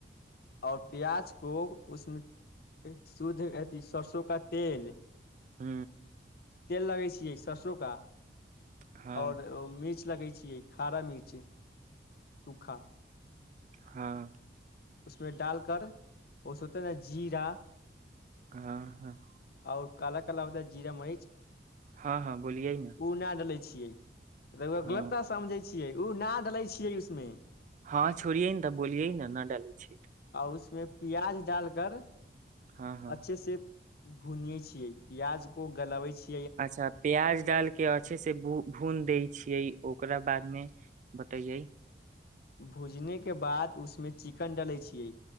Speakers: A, on the left (about 60°); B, on the right (about 45°).
A: आओर प्याज को उसमे शुद्ध अभि सरसो का तेल
B: ह
A: तेल लगे छियै सरसो का
B: हँ
A: आओर मिर्च लगे छियै खारा मिर्च सूखा
B: हँ
A: उसमे डालकर ओस होतेै नऽ जीरा
B: हँ हँ
A: आओर काला -काला होता है जीरा मरीच
B: हँ हँ बोलियएै ने
A: ओ न डले छियै
B: हँ
A: गलत्ता समझै छियै ओ न डले छियै उसमे
B: हँ छोड़िये ने तऽ बोलिये ने न डाले छै
A: आ उसमे प्याज डालकर
B: हँ हँ
A: अच्छे से भुनिये छीियै प्याज को गलबे छीिय
B: अच्छा प्याज डाल के अच्छे से भून दै छियै ओकरा बादमे बतैयै
A: भुजने के बाद उसमे चिकन डालै छियै